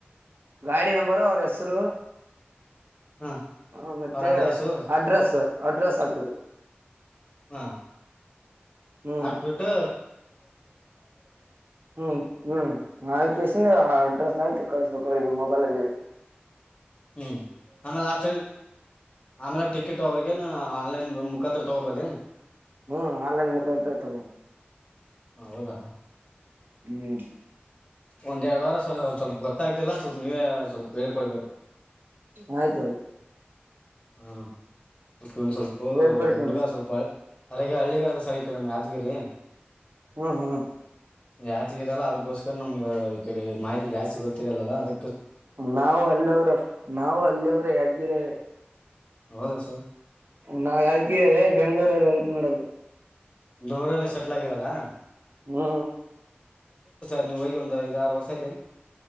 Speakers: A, on the right (about 65°); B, on the left (about 30°).
A: ಗಾಡಿ ನಂಬರು ಅವ್ರ ಹೆಸರು
B: ಹಾ
A: ಹ ಮತ್ತೆ
B: ಅವ್ರ ಅಡ್ರೆಸ್ಸು
A: ಅಡ್ರೆಸ್ ಅಡ್ರೆಸ್ ಹಾಕ್ಬೇಕು
B: ಹಾ
A: ಹ್ಮ್
B: ಆಕ್ಬಿಟ್ಟು
A: ಹ್ಮ್ ಹ್ಮ್ ನಕಸ ಅಡ್ರೆಸ್ ಸಾಹಿತಿ ಕಳಸ್ಬೇಕು ಅವರಿಗೆ ಮೊಬೈಲಲ್ಲಿ
B: ಹ್ಮ್ ಹ ಲಾಸ್ ಆಮೇಲೆ ಟಿಕೆಟ್ ಅವ್ರಗೇನ ಆನ್ಲೈನ್ ಮುಖಾಂತತ್ರ ತಗೋಬೋದೇಏ
A: ಹ್ಮ್ ಆನ್ಲೈನ್ ಮುಖಾಂತರ ತಗೋ
B: ಹೌದಾ
A: ಹ್ಮ್
B: ಒಂದ್ ಎರಡು ವಾರ ಸರ್ ಸ್ವಲ್ಪ ಗೊತ್ತಾಯ್ತಿಲ್ಲ ಸ್ವಲ್ಪ ನೀವೇ ಸ್ವಲ್ಪ ಬೇಳ್ ಕೊಡ್ಬೇಕು
A: ಆಯ್ತು ಆಯ್ತು
B: ಹ ಉಪ್ಪಿನ ಸ್ವಲ್ಪ
A: ಹೇಳ್ಕೊಡ್ತೀನಿ
B: ಹುಡುಗ ಸ್ವಲ್ಪ ಅರಗೆ ಹಳ್ಳಿಗಲ್ಲ ಸರಿಕ ನಮ್ಗೆ ಯಾದಗಿರಿ
A: ಹ್ಮ್ ಹ್ಮ್
B: ಯಾಚಗಟ್ಟಲ್ಲ ಅದು ಸರ್ ನಮ್ಗೆ ಈ ಕಡೆ ಮಾಹಿತಿ ಜಾಸ್ತಿ ಗೊತ್ತಿರಲ್ಲಲ್ಲ ಅದ
A: ನಾವು ಅಲ್ಲಿವರು ನಾವು ಅಲ್ಲಿವರು ಆಕ್ಚುಲಿ ಹೇಗರವೆ
B: ಹೌದಾ ಸರ್
A: ನಾವ ಯಾವಗ ಬೆಂಗಳೂರಲ್ಲಿ ವರ್ಕ್ ಮಾಡೋದು
B: ನೂರಲ್ಲ ಸೆಟ್ಲ್ ಆಗಿರದಾ
A: ಹು
B: ಈಗ ಹೋಗಿ ಒಂದು ಐದ ಆರು ವರ್ಷ ಆಯತೇನೆ